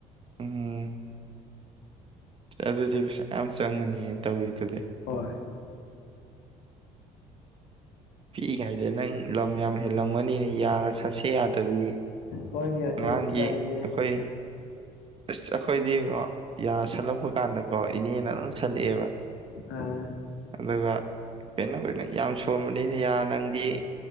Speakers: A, on the right; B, on the left.
A: ꯎꯝ, ꯑꯗꯨꯗꯤ ꯄꯩꯁꯥ ꯃꯌꯥꯝ ꯆꯪꯉꯅꯤ ꯌꯦ ꯇꯧꯔꯤꯗꯨꯗꯤ
B: ꯍꯣꯏ
A: ꯄꯤꯛꯏꯉꯥꯏꯗ ꯅꯪ ꯂꯝ ꯌꯥꯝ ꯍꯦꯜꯂꯝꯒꯅꯤꯅꯤ ꯌꯥꯒ ꯁꯠꯁꯦ ꯌꯥ ꯑꯗꯨꯗꯤ
B: ꯍꯣꯏꯅꯦ ꯑꯗꯨꯏ
A: ꯑꯉꯥꯡꯒꯤ
B: ꯇꯜꯂꯦ
A: ꯑꯩꯈꯣꯏ ꯑꯁ ꯑꯩꯈꯣꯏꯗꯤꯉꯣ ꯌꯥ ꯁꯜꯂꯛꯄ ꯀꯥꯟꯗꯀꯣ ꯏꯅꯦꯅ ꯑꯗꯨꯝ ꯁꯜꯂꯛꯑꯦꯕ
B: ꯑꯥ
A: ꯑꯗꯨꯒ ꯀꯩꯅꯣ ꯀꯩꯅꯣ ꯌꯥꯝ ꯁꯣꯟꯕꯅꯤ ꯃꯦꯅꯦ ꯌꯥ ꯅꯪ ꯕꯤ